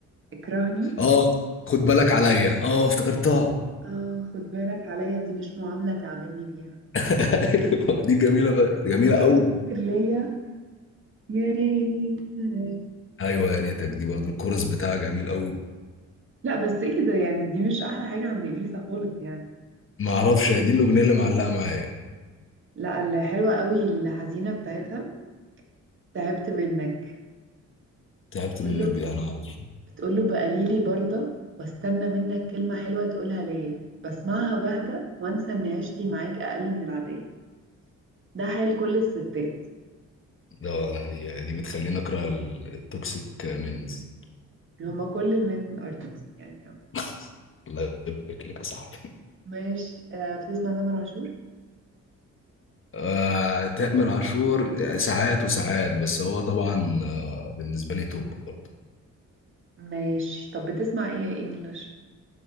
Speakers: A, on the right (about 40°); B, on the left (about 40°).
A: اكرهني
B: آه خد بالك عليا آه افتكرتها
A: اه خد بالك عليا دي مش معاملة تعاملني بيها
B: <laughs> أيوة، دي جميلة ف... جميلة
A: وبقى
B: أوي
A: افتكر ليا يا ريتك
B: أيوة يا ريتك دي برضو الكورس بتاعها جميل أوي
A: لا بس ايه ده يعني دي مش احلى حاجة عند اليسا خالص يعني
B: معرفش هي دي الأغنية اللي معلقة معايا
A: لا الحلوة قوي الحزينة بتاعتها تعبت منك
B: تعبت
A: بتقول
B: منك
A: له
B: دي أنا عارف
A: بتقول له بقليلي برضه واستنى منك كلمة حلوة تقولها ليا بسمعها بهدى وانسى ان عشتي معاك اقل من العادية ده حال كل الستات
B: ده دي دي بتخليني اكره ال- التوكسيك منز
A: هما كل المين ارتكس يعني عامة
B: <laughs> الله يبارك لك يا صاحبي
A: ماشي آه بتسمع تامر عاشور
B: آه، تامر عاشور يعني ساعات وساعات بس هو طبعا آه، بالنسبه لي توب برضه
A: ماشي طب بتسمع ايه انجلش